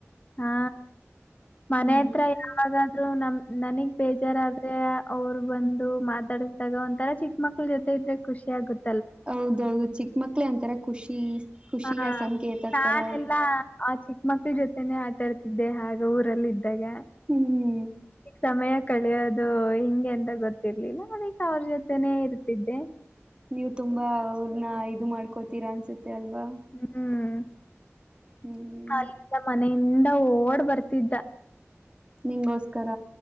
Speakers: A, on the left; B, on the right.
A: ಹಾ ಮನೆ
B: ಹ್ಮ್
A: ಹತ್ರ ಯಾವಾಗಾದ್ರೂ ನಮ ನನಗ್ ಬೇಜಾರಾದ್ರೆ ಅವರು ಬಂದು ಮಾತಾಡಿದಾಗ ಒಂಂತರ ಚಿಕ್ಕ ಮಕ್ಳ ಜೊತೆ ಇದ್ರೆ ಖುಷಿ ಆಗುತ್
B: ಹೌದೌದು ಚಿಕ್ಕ ಮಕ್ಳೇ ಒಂತರ ಖುಷಿ ಖುಷಿಯ
A: ಹಾ
B: ಸಂಕೇತ
A: ತಾನ
B: ತರ ಅವರು
A: ಎಲ್ಲಾ ಆ ಚಿಕ್ಕ ಮಕ್ಳ ಜೊತೆ ಆಟಾಡ್ತಿದ್ದೆ ಆ ಊರಲ್ಲಿ ಇದ್ದಾಗ
B: ಹ್ಮ್
A: ಸಮಯ ಕಳಿಯೋದು ಹಿಂಗೆ ಎಂತ ಗೊತ್ತಿರ್ಲಿಲ್ಲ ಅದಕ್ಕೆ ಅವ್ರ ಜೊತೆನೇ ಇರ್ತಿದ್ದೆ
B: ನೀವು ತುಂಬಾ ಅವರ್ನ ಇದು ಮಾಡ್ಕೋತೀರಾ ಅನ್ಸುತ್ತೆ ಅಲ್ವಾ
A: ಹ್ಮ್
B: ಹ್ಮ್
A: ಅಲ್ಲಿಂದ ಮನೆಯಿಂದ ಓಡ್ ಬರ್ತಿದ್ದ
B: ನಿಗೋಸ್ಕರ